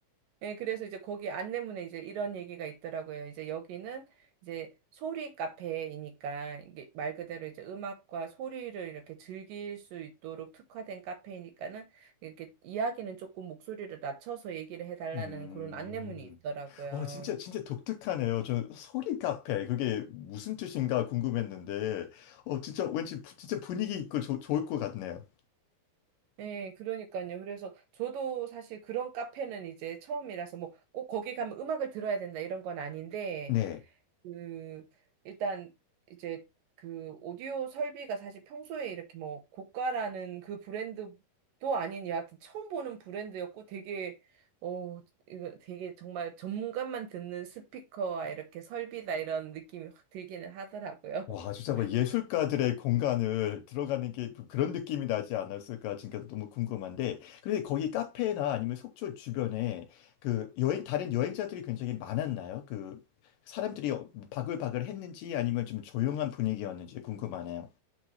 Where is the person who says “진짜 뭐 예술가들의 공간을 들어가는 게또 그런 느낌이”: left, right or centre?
Left